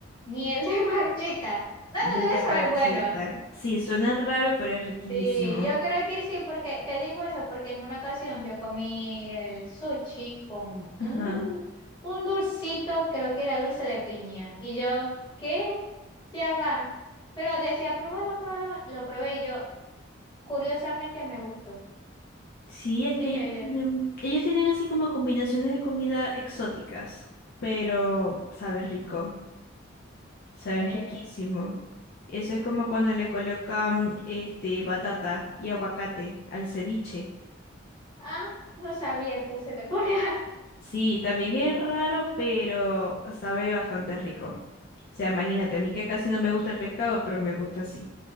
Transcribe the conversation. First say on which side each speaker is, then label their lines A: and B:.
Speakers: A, on the left; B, on the left.
A: Miel de <laughs> marchita. Bueno,
B: Miel
A: debe
B: de
A: saber,
B: parchita.
A: bueno.
B: Sí, suena raro, pero es riquísimo.
A: Sí, yo creo que sí, porque te digo eso, porque en una ocasión yo comí el sushi con un,
B: Ajá.
A: un dulcito, creo que era dulce de piña. Y yo, ¿qué? Ya va. Pero decía, pruébalo, pruébalo. Lo probé y yo, curiosamente, me gustó.
B: Sí, es
A: Dije
B: que ellos
A: yo,
B: tienen, ellos tienen así como combinaciones de comida exóticas, pero saben rico, saben
A: eh,
B: riquísimo. Eso es como cuando le colocan este batata y aguacate al ceviche.
A: ah, no sabía que se le <laughs> ponía
B: Sí, también es raro, pero sabe bastante rico. O sea, imagínate, a mí que casi no me gusta el pescado, pero me gusta así,